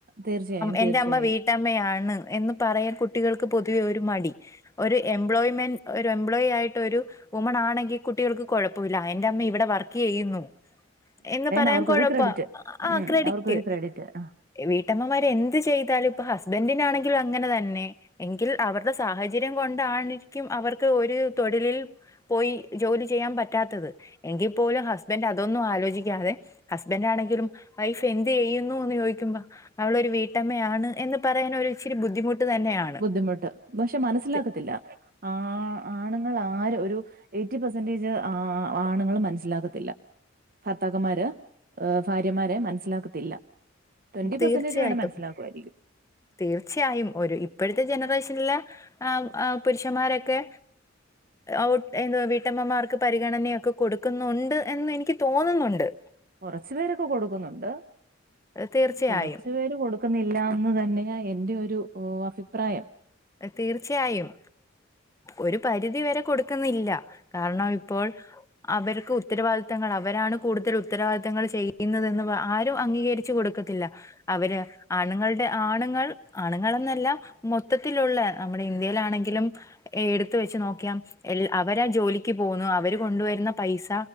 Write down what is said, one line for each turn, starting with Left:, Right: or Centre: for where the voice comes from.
Right: തീർച്ചയായും
Left: എന്റെ
Right: തീർച്ചയായും
Left: അമ്മ വീട്ടമ്മയാണ്. എന്ന് പറയാൻ കുട്ടികൾക്ക് പൊതുവെ ഒരു മടി ഒരു എംപ്ലോയ്മെന്റ് ഒരു എംപ്ലോയി ആയിട്ട് ഒരു വുമൺ ആണെങ്കിൽ കുട്ടികൾക്ക് കുഴപ്പമില്ല എന്റെ അമ്മ ഇവിടെ വർക്ക് ചെയ്യുന്നു എന്ന് പറയാൻ
Right: അവർക്കൊരു
Left: കൊഴപ്പാ
Right: ക്രെഡിറ്റ്
Left: ആ
Right: ഉം
Left: ക്രെഡിറ്റ്
Right: അവർക്കൊരു ക്രെഡിറ്റ്
Left: വീട്ടമ്മമാര് എന്ത് ചെയ്താലും ഇപ്പൊ ഹസ്ബൻഡിനാണെങ്കിൽ അങ്ങനെ തന്നെ എങ്കിൽ അവരുടെ സാഹചര്യം കൊണ്ടാരിക്കും അവർക്ക് ത് ഒരു തൊഴിലിൽ പോയി ജോലി ചെയ്യാൻ പറ്റാത്തത്. എങ്കിപ്പോലും ഹസ്ബന്റ് അതൊന്നും ആലോചി ന്തിക്കാതെ ഹസ്ബൻഡാണെങ്കിലും വൈഫ് എന്ത് ചെയ്യുന്നു എന്ന് ചോദിക്കുമ്പോ അവളൊരു വീട്ടമ്മയാണ് എന്ന് പറയാനൊരിച്ചിരി ബുദ്ധിമുട്ട് തന്നെയാണ്
Right: ബുദ്ധിമുട്ട് പക്ഷെ മനസ്സിലാക്കത്തില്ല
Left: തി-
Right: ആ ആണുങ്ങളാ ആരൊരു എയിറ്റി പെർസെന്റേജ് ആണുങ്ങൾ മനസ്സിലാക്കത്തില്ല ഭർത്താക്കന്മാരെ ഭാര്യമാരെ മനസ്സിലാക്കത്തില്ല ട്വന്റി
Left: തീർച്ചയായിട്ടും
Right: പെർസെന്റേജ് വേണം മനസ്സിലാക്കുമായിരിക്കും
Left: തീർച്ചയായും ഒരു ഇപ്പഴത്തെ ജനറേഷൻലെ ആ ആ പുരുഷന്മാരൊക്കെ ഔട്ട് എന്ത് വീട്ടമ്മമാർക്ക് പരിഗണനയൊക്കെ കൊടുക്കുന്നൊണ്ട് എന്ന് എനിക്ക് തോന്നുന്നുണ്ട്.
Right: കൊറച്ചു പേരൊക്കെ കൊടുക്കുന്നുണ്ട്.
Left: തീർച്ചയായും
Right: കൊറച്ചു പേര് കൊടുക്കുന്നില്ല എന്നുതന്നെയാ എന്റെ ഒരു ഓ അഭിപ്രായം.
Left: തീർച്ചയായും. ഒരു പരിധി വരെ കൊടുക്കുന്നില്ല. കാരണം, ഇപ്പോൾ അവർക്ക് ഉത്തരവാദിത്തങ്ങൾ അവർ രാണ് കൂടുതൽ ഉത്തരവാദിത്തങ്ങൾ ചെയ്യുന്നതെന്ന് ആരും അംഗീകരിച്ചു കൊടുക്കത്തില്ല. അവര് ആണ് ആണുങ്ങളുടെ ആണുങ്ങൾ ആണുങ്ങൾ എന്നല്ലാ മൊത് മൊത്തത്തിലുള്ള നമ്മുടെ ഇന്ത്യയിലാണെങ്കിലും എടുത്തു വെച്ച് നോക്കിയ എൽ അവരാ ജോലിക്ക് പോകുന്ന അവരു കൊണ്ടുവരുന്ന പൈസ